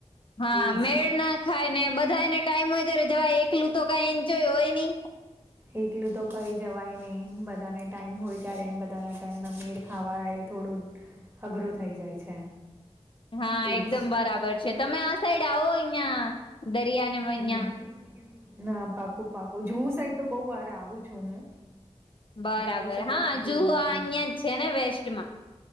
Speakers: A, on the left; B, on the right.
A: હા
B: એ જ.
A: મેળના ખાય ને બધાને ટાઈમ હોય ત્યારે જવા એકલું તો કઈ એન્જોય હોય નહી.
B: એકલું તો કઈ જવાય નહી બધાને ટાઈમ હોય ત્યારેને બધાના ટાઈમના મેળ ખાવાય થોડું અઘરું થઈ જાય છે.
A: હા
B: એ
A: એકદમ
B: જ
A: બરાબર છે. તમે આ સાઈડ આવો અહિયાં દરિયાને અહિયાં
B: હમ ના પાકો પાકો જવું સાઈડ તો બહુ હરે આવું છું હું.
A: બરાબર
B: જૂહુ સાઈડ
A: હા
B: આવતી
A: જુવો
B: હોઉં
A: આ
B: છું
A: અહિયાં જ છે ને વેસ્ટમાં.